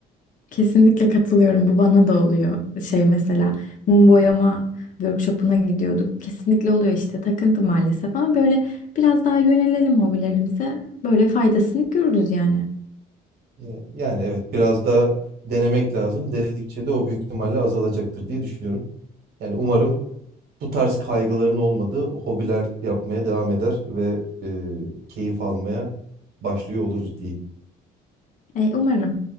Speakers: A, on the left; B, on the right.
A: kesinlikle katılıyorum. Bu bana da oluyor. Şey mesela mum boyama workshopuna gidiyorduk. Kesinlikle oluyor işte takıntı maalesef ama böyle biraz daha yönelelim hobilerimize. Böyle faydasını görürüz yani.
B: Ee, Yani evet biraz da denemek lazım. Denedikçe de o büyük ihtimalle azalacaktır diye düşünüyorum. Yani umarım bu tarz kaygıların olmadığı hobiler yapmaya devam eder ve e, keyif almaya başlıyor oluruz diyeyim.
A: E, umarım.